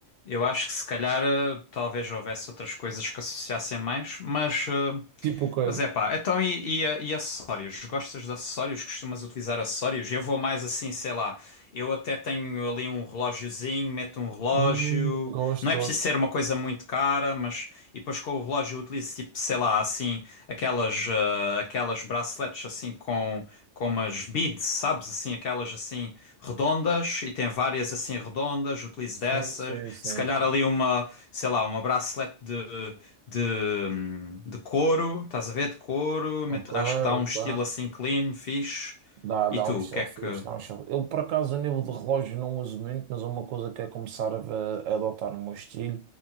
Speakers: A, on the left; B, on the right.
A: eu acho que se calhar ah, talvez houvesse outras coisas que associassem mais, mas ah,
B: Tipo o quê?
A: Mas é pá, então e, e, e acessórios? Gostas de acessórios? Costumas utilizar acessórios? Eu vou mais assim, sei lá, eu até tenho ali um relógiozinho, meto um relógio,
B: Hum, gosto,
A: não é
B: gosto.
A: preciso ser uma coisa muito cara, mas. E depois com o relógio eu utilizo tipo, sei lá, assim, aquelas, ah, aquelas braceletes assim com, com umas beads, sabes? Assim, aquelas assim redondas e tem várias assim redondas, utilizo
B: Sim,
A: dessas.
B: sim, sim,
A: Se calhar
B: sim.
A: ali uma, sei lá, uma bracelete de, de, de couro, estás a ver? De couro, meto-
B: Ok,
A: acho que dá um
B: ok.
A: estilo assim clean, fixe.
B: Dá, dá
A: E tu,
B: uns
A: o que
B: selfies,
A: é que.
B: dá uns selfies. Eu, por acaso, a nível de relógio não uso muito, mas é uma coisa que é começar a, ver- a adotar no meu estilo.